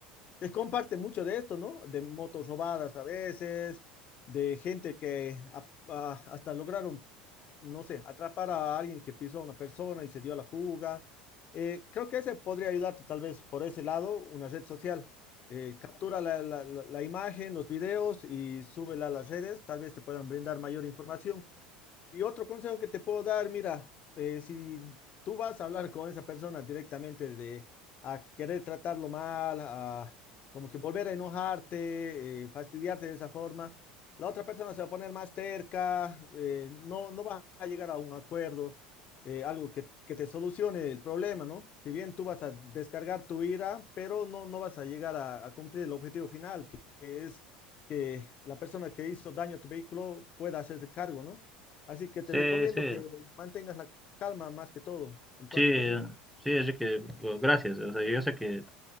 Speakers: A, on the left; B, in the centre.
A: se comparte mucho de esto, ¿no? De motos robadas a veces, de gente que a- a- hasta lograron, no sé, atrapar a alguien que pisó a una persona y se dio a la fuga. Eh, creo que ese podría ayudarte tal vez por ese lado, una red social. Eh, captura la, la- la- la imagen, los videos y súbela a las redes, tal vez te puedan brindar mayor información. Y otro consejo que te puedo dar, mira, eh, si tú vas a hablar con esa persona directamente de a querer tratarlo mal, a como que volver a enojarte, eh, fastidiarte de esa forma, la otra persona se va a poner más terca, eh, no, no va a llegar a un acuerdo, eh, algo que, que te solucione el problema, ¿no? Si bien tú vas a descargar tu ira, pero no, no vas a llegar a, a cumplir el objetivo final, que que es que la persona que hizo daño a tu vehículo pueda hacerse cargo, ¿no? Así que
B: Sí,
A: te recomiendo
B: sí,
A: que mantengas la calma más que todo en toda
B: sí,
A: situación.
B: sí, así que bueno, gracias. O sea, yo sé que